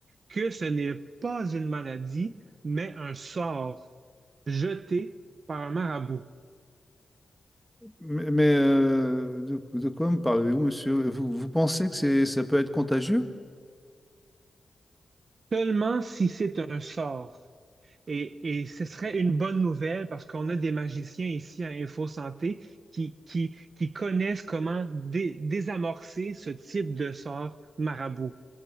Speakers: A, on the right; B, in the centre.
A: que ce n'est pas une maladie, mais un sort jeté par un marabout.
B: Mais, mais, euh, de, de quoi me parlez-vous, monsieur? Vous, vous pensez que c'est, ça peut être contagieux?
A: Seulement si c'est un sort. Et, et ce serait une bonne nouvelle parce qu'on a des magiciens ici à Info Santé qui, qui, qui connaissent comment dé- désamorcer ce type de sort marabout.